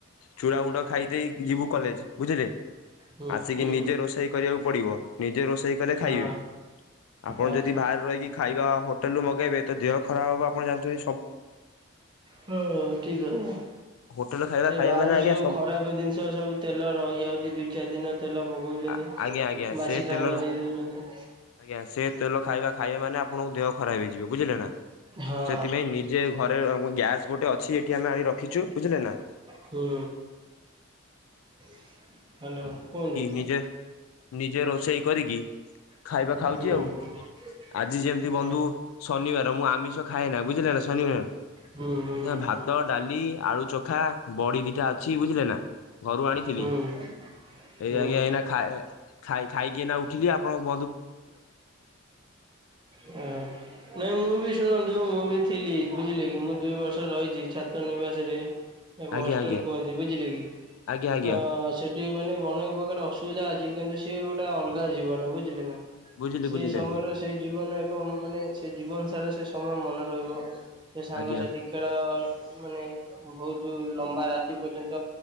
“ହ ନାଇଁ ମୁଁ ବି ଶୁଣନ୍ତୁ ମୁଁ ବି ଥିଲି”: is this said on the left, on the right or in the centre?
Right